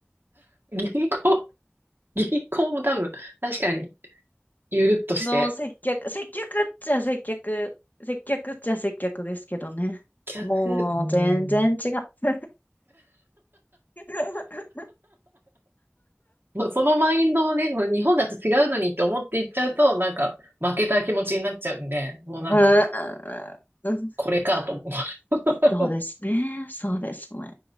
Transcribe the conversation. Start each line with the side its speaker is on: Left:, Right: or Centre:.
Right: 銀行、銀行も多分、確かに、ゆるっとして。
Left: う。<laughs> の接客、接客っちゃ接客、接客っちゃ接客ですけどね。
Right: 接客、
Left: もう全然違う。
Right: うん。
Left: <laughs>
Right: もうそのマインドをね、もう日本だと違うのにって思っていっちゃうと、なんか、負けた気持ちになっちゃうんで、もうなんか、
Left: うん、うん
Right: これかと思う。<laughs>
Left: そうですね。そうですね。